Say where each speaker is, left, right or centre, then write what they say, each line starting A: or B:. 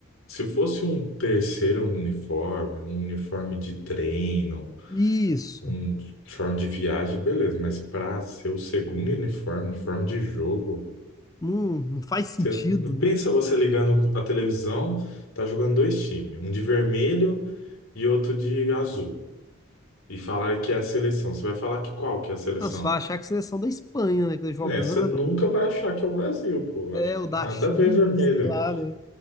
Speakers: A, on the left (about 85°); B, on the left (about 15°).
A: se fosse um terceiro uniforme, um uniforme de treino.
B: Isso.
A: um uniforme de viagem, beleza, mas para ser o segundo uniforme, uniforme de jogo,
B: Não, não faz sentido,
A: você,
B: né?
A: pensa você ligando a televisão, tá jogando dois times, um de vermelho e outro de azul, e falar que é a seleção. Você vai falar que qual que é a seleção?
B: Não, você vai achar que a seleção da Espanha, né, que tá jogando,
A: É, você nunca vai achar que é o Brasil, pô.
B: é,
A: Acho que
B: o da
A: nada
B: China,
A: a ver vermelho.
B: sei lá, né?